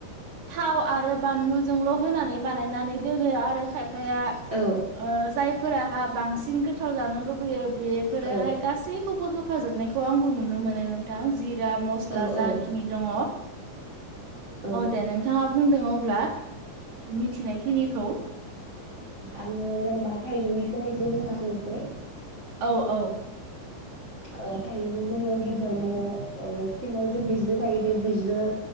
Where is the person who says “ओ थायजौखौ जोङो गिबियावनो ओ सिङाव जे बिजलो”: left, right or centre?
Right